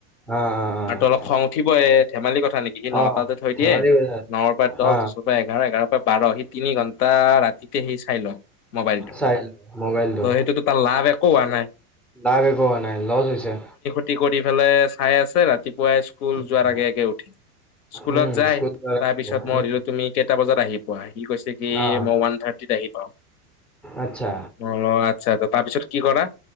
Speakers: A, in the centre; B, on the left (about 80°).
A: অ', অ', অ',
B: আৰু তো অলপ খং উঠিবই ধেমালি কথা নেকি সি নটাতে
A: অ',
B: থৈ
A: ধেমালি
B: দিয়ে
A: কৰিছা?
B: ন পৰা দহ
A: অ',
B: দুৰ পৰা এঘাৰ এঘাৰ পৰা বাৰ সি তিনি ঘন্টা ৰাতিতে সেই চাই ল মোবাইলটো
A: চাইলোঁ মোবাইলটো,
B: ত সেইটোতো তাৰ লাভ একো হোৱা নাই
A: লাাগে কোৱা নাই লচ হৈছে
B: ফি কৰি পেলাই চাই আছে ৰাতিপুৱাই স্কুল
A: উম,
B: যোৱাৰ আগে আগে উঠিল স্কুলত
A: উম,
B: যাই
A: স্কুল যোৱাৰ
B: তাৰ
A: আগে-আগে,
B: পিছত মই
A: উম,
B: সধিলো তুমি কেইটা বজাত আহি পোৱা সি কৈছে কি
A: অ',
B: মই ওৱান থাৰ্টিত আহি পাও
A: আচ্ছা,
B: অ আচ্ছা তাৰপিছত কি কৰা